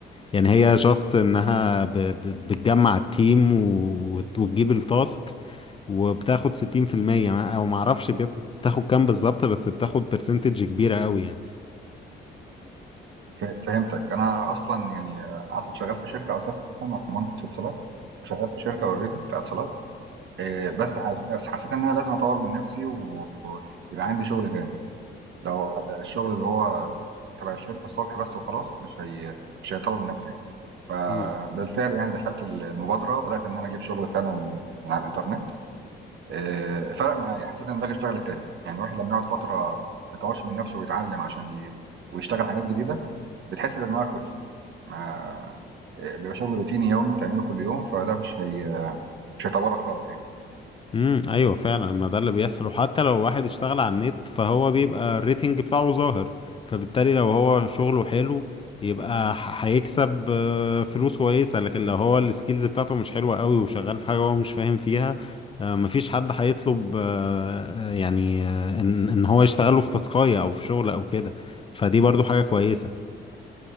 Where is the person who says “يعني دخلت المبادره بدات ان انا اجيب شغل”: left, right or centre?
Right